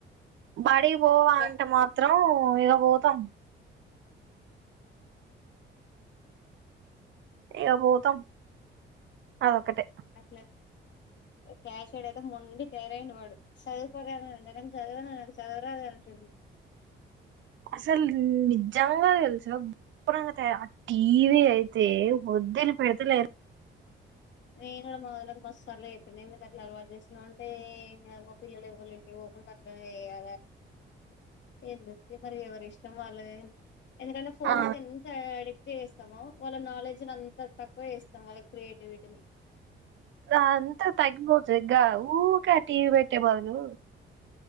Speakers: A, on the right (about 70°); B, on the left (about 65°).
A: బడికి పోవా
B: అలా
A: అంటే మాత్రం ఓ ఇకా పోతాది ఏక పోతం అదొక్కటే
B: అట్లా క్యాషయడ్ అయితే మొండి తయారయిండు వాడు చదువుకోరా అంటే నేను చదవను నాకు చదువు రాదు అంటుడు
A: అసలు నిజంగా తెలుసా గోరంగ తయ ఆ టీవీ అయితే వద్దులి పెడతలేరు
B: నేను కూడా మాకి మసార్ అయితు నందుకు అట్లా అలవాటు చేసినా అంటేంకా మా పిల్లలు ఎవరి ఇంటి పోవ్వకుండా అట్లనే వయాలి ఎందుే మరి ఎవరి ఇష్టం వాళ్ళది ఎందుకంటే ఫోన్స్
A: ఆ
B: ఎంత ఆడి చేస్తాము వాళ్ళ నాలెడ్జ్ ని అంతా తక్కువ చేస్తాం వాళ్ళ క్రియేటివిటీని
A: అంతా తగ్గిపోతుంది ఊక టీవీ పెట్టే బదులు